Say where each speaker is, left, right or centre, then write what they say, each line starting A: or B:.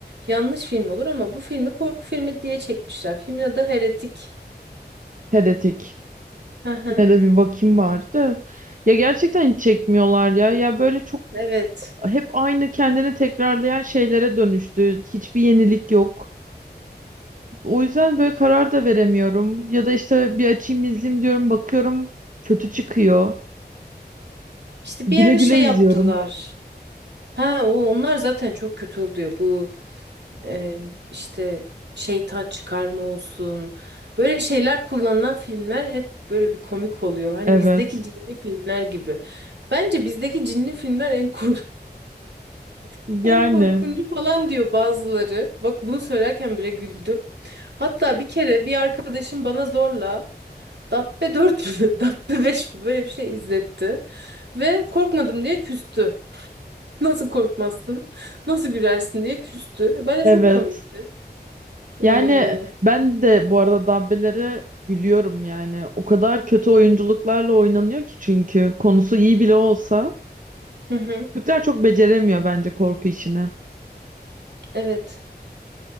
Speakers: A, on the right; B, on the right.
A: yanlış film olur ama bu filmi korku filmi diye çekmişler. Filmin adı Heretik.
B: Heretic.
A: Hı hı.
B: Yine de bir bakayım bari de. Ya gerçekten hiç çekmiyorlar ya. Ya böyle çok
A: Evet.
B: hep aynı kendini tekrarlayan şeylere dönüştü. Hiçbir yenilik yok. O yüzden böyle karar da veremiyorum. Ya da işte bir açayım izleyeyim diyorum bakıyorum kötü çıkıyor.
A: İşte
B: Güle
A: bir ara
B: güle
A: şey
B: izliyorum.
A: yaptılar. Ha o onlar zaten çok kötü oluyor. Bu e, işte şeytan çıkarma olsun. Böyle şeyler kullanılan filmler hep böyle bir komik oluyor. Hani
B: Evet.
A: bizdeki cinli filmler gibi. Bence bizdeki cinli filmler en kork <laughs>
B: Yani
A: en korkuncu falan diyor bazıları. Bak bunu söylerken bile güldüm. Hatta bir kere bir arkadaşım bana zorla Dabbe dört mü, <laughs> Dabbe beş mi böyle bir şey izletti. Ve korkmadım diye küstü. <laughs> Nasıl korkmazsın? Nasıl gülersin diye küstü. E, Bence
B: evet.
A: çok komikti.
B: Yani
A: Ee,
B: ben de bu arada Dabbe'lere gülüyorum yani. O kadar kötü oyunculuklarla oynanıyor ki çünkü konusu iyi bile olsa.
A: Hı hı.
B: Türkler çok beceremiyor bence korku işini.
A: Evet.